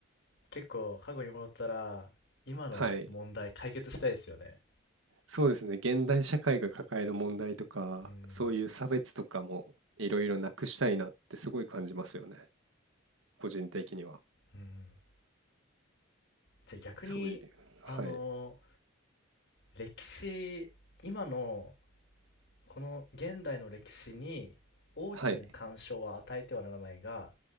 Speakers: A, on the left; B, on the right.
A: 結構、過去に戻ったら、今の問題解決したいですよね。
B: はい。そうですね。現代社会が抱える問題とか、
A: うん。
B: そういう差別とかもいろいろなくしたいなってすごい感じますよね。個人的には。
A: うん。じゃあ逆に、
B: そういう、
A: あの
B: はい。
A: 歴史、今の、この現代の歴史に大きな干渉は与えてはならないが、
B: はい。